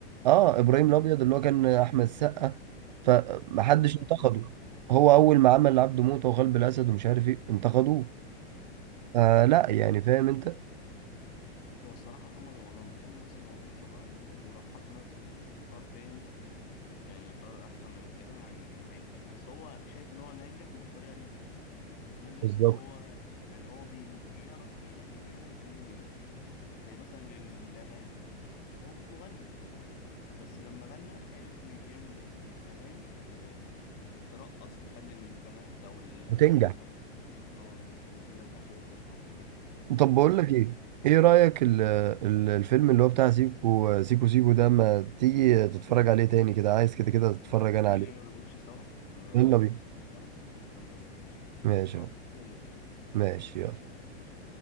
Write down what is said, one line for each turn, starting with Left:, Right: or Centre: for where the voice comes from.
Right: اه ابراهيم الابيض اللي هو كان احمد السقا فمحدش
Left: قبل ده
Right: انتقده
Left: كله
Right: هو اول ما عمل عبده موته وقلب الاسد ومش عارف ايه انتقدوه
Left: مم.
Right: آه لا يعني فاهم انت
Left: هو الصراحه محمد رمضان كان ممثل وممثل رائع جدا ولو حط نفسه في اطار تاني يعني اطار احسن من كده هي... هينجح بس هو شايف ان هو ناجح بالطريقه دي ناجح
Right: بالظبط
Left: ان هو يعني هو بي... بيعرف ينقي الحاجه اللي تخليه ناجح زي مثلا الاغاني هو مش مغني بس لما غنى عرف ي- يعمل اغاني ت... ترقص تخلي البنات او ال- او
Right: وتنجح
Left: الشباب اللي هم الصغيرين اه ينجحوها بالظبط كده
Right: طب بقول
Left: فاهم
Right: لك ايه ايه رأيك ال ال الفيلم اللي هو بتاع سيكو سيكو سيكو ده ما تيجي تتفرج عليه تاني كده عايز كده كده تتفرج انا
Left: تيجي
Right: عليه
Left: نعمل الوش سوا نروح
Right: يلا
Left: سينما
Right: بينا
Left: سوا يلا بينا قشطة
Right: ماشي
Left: خلاص
Right: اهو
Left: نتفق ونتكلم
Right: ماشي يلا
Left: ماشي